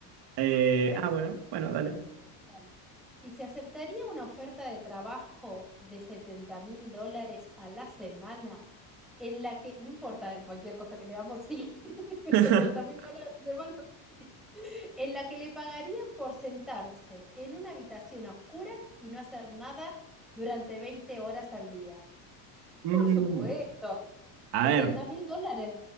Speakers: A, on the right; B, in the centre.
A: eh,
B: ¿querés?
A: ah, bueno, bueno, dale.
B: Dale. Y se aceptaría una oferta de trabajo de setenta mil dólares a la semana, en la que, no importa cualquier cosa que le damos, sí, <laughs>
A: <laughs>
B: setenta mil dólares a la semana, sí, en la que le pagarían por sentarse en una habitación a oscuras y no hacer nada durante 20 horas al día.
A: Mm,
B: Por supuesto,
A: a
B: setenta
A: ver,
B: mil dólares,